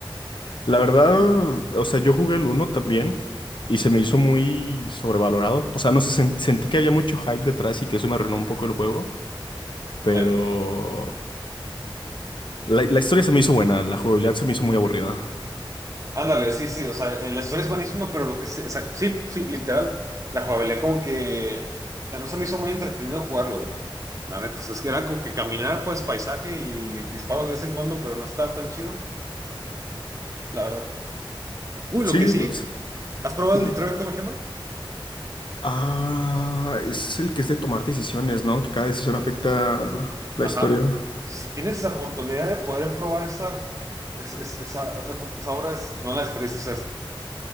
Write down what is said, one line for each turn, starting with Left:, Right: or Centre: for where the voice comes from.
Left: La verdad, o sea, yo jugué el uno también y se me hizo muy sobrevalorado. O sea, no sé, sen- sentí que había mucho hype detrás y que eso me arruinó un poco el juego, pero
Right: Eh,
Left: la, la historia se me hizo buena, la jugabilidad se me hizo muy aburrida.
Right: ándale, sí, sí, o sea, eh, la historia es buenísima, pero lo que sí, o sea, sí, sí, literal, la jugabilidad como que, o sea, no se me hizo muy entretenido jugarlo, güey. La neta, o sea, es que era como que caminar, pues, paisaje y disparos de vez en cuando, pero no estaba tan chido, la verdad. Uy,
Left: Sí,
Right: lo que sí,
Left: pues,
Right: ¿has probado
Left: dime.
Right: el Detroit Become Human?
Left: Ah, es el que es de tomar decisiones, ¿no? Que cada decisión afecta la
Right: Ajá.
Left: historia.
Right: Si tienes esa oportunidad de poder probar esa, es- es- esa, esa, esa obra, es- no la desperdicies. o sea, es-